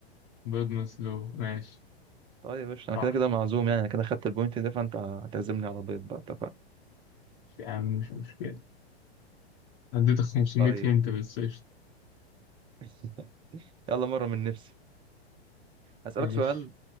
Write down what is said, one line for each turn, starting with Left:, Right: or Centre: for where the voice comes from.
Left: بيض مسلوق ماشي
Right: طيب قشطة انا
Left: صح
Right: كده كده معزوم يعني انا كده خدت البوينت ده فانت هتعزمني على بيض بقى اتفقنا
Left: يا عم مش مشكلة اديتك 500
Right: طيب
Left: هنت بس قشطة
Right: <laughs> يلا مرة من نفسي هسألك
Left: ماشي
Right: سؤال